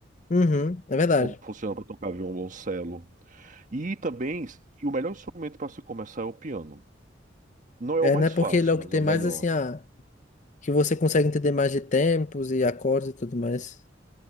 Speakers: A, on the left (about 40°); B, on the right (about 45°).
A: uhum, é verdade.
B: como funciona para tocar violoncelo. E também, e o melhor instrumento para se começar é o piano. Não é
A: É,
B: o mais
A: né? Porque
B: fácil,
A: ele é o
B: mas
A: que tem
B: é o
A: mais
B: melhor.
A: assim a que você consegue entender mais de tempos e acordes e tudo mais.